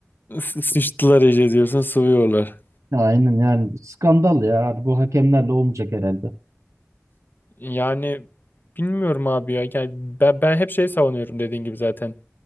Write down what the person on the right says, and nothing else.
Ya Aynen yani skandal ya bu hakemlerle olmayacak herhalde.